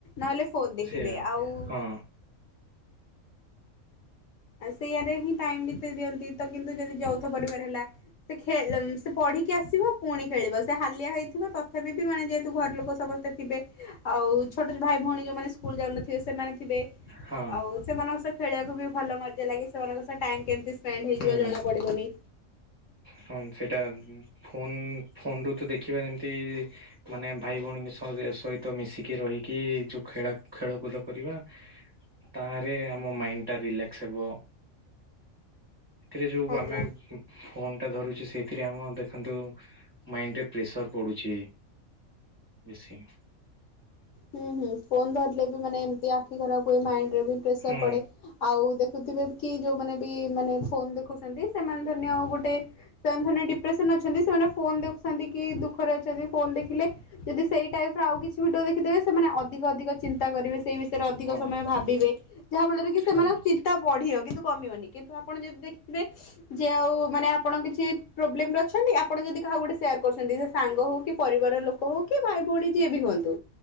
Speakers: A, on the left; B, on the right.
A: ନହେଲେ ଫୋନ ଦେଖିବେ
B: ସେଆ
A: ଆଉ
B: ହଁ
A: ଆ ସେଇଆରେ ହିଁ ଟାଇମ ବିତ ଦିଅନ୍ତି ତ କିନ୍ତୁ ଯଦି ଯୌଥ ପରିବାର ହେଲା ସେ। ଖଳ ସେ ପଢିକି ଆସିବ ପୁଣି ଖେଳିବ। ସେ ହାଲିଆ ହେଇଥିବ ତଥାପି ବି ମାନେ ଯେହେତୁ ଘର ଲୋକ ସମସ୍ତେ ଥେ ଆଉ ଛୋଟ ୋ ଭାଇ ଭଉଣୀ ଯୋଉମାନେ ଯାଉନଥିବ ସେମାନେ।
B: ହଁ
A: ଆଉ ସେମାନଙ୍କ ସହ ଖେଳିବାକୁ ବି ଭଲ ମଜା ଲାଗେ ସେମାନଙ୍କ ସହ ଟାଇ କେମତି। ଫ୍ୟାଟ ହେଇଯିବ
B: ହୁଁ
A: ଜଣା ପଡିବନି।
B: ହଁ ସେଇଟା ଫୋନ ଫୋନ ରୁ ତ ଦେଖିବା ଯେମିତି ମାନେ ଭାଇ ଭଉଣୀଙ୍କ ସହଜ। ସହିତ ମିଶିକି ରହିକି ଯୋଉ ଖେଳା ଖେଳକୁଦ କରିବା। ତାହଲେ ଆମ ମାଇଣ୍ଡ ଟା ରିଲାକ୍ସ ହେବ। ଏଥିରେ ଯୋଉ
A: ଆଜ୍ଞା
B: ଆମେ। ଫୋନ ଟା ଧରୁଛି ସେଇଥିରେ ଆମ ଦେଖନ୍ତୁ ମାଇଣ୍ଡରେ ପ୍ରେସର ପଡୁଛି। ବସି <unintelligible>
A: ହୁଁ ହୁଁ ଫୋନ ଧରିଲେ ବି ମାନେ ଏମତି ଆଖି ଖରାପ ହୁଏ, ମାଇଣ୍ଡ ରେ ବି ପ୍ରେସର
B: ହୁଁ
A: ପଡେ ଆଉଖ କି ଯୋଉମାନେ ବି ମାନେ ଫୋନ ଦେଖୁଛନ୍ତି। ସେମାନେ ଧନ ଆଉ ଗୋଟେ ସେମାନେ ଧ ଡିପ୍ରେସନ। ସେମାନେ ଫୋ ଦେଖୁଛନ୍ତି କି ଦୁଃଖରେଛନ୍ତି ଫୋ ଦେଖିଲେ ଯଦି ସେଇ ଟାଇପ ଆଉ କିଛି ଭିଓ ଦେବେ ସେମାନେ ଅଧିକ ଅଧିକ ଚିନ୍ତା କରିବେ ସେଇ ବିଷ। ରେ ଅଧିକ
B: ହଁ
A: ସମୟ ଭାବିବେ ଯାହା ଫଳରେ କି ସେମାନଙ୍କ
B: ହଁ
A: ଚିନ୍ତା ବଢିବ କିନ୍ତୁ କମିବନି କିନ୍ତୁ ଆପଣ ଯଦି ଦେଖିେ। ଯେ ଆଉ ମାନେ ଆପଣ କିଛି। ପ୍ରୋବ୍ଲେମରେ ଅଛନ୍ତି ଆପଣ ଯଦି କାହା ଗୋଟେ ସେୟାର କରୁଛନ୍ତି। ସେ ସାଙ୍ଗ ହଉ କି ପରିବାର ଲୋକ ହଉ କି ଭାଇ ଭଉଣୀ ଯିଏ ବି ହୁଅନ୍ତୁ,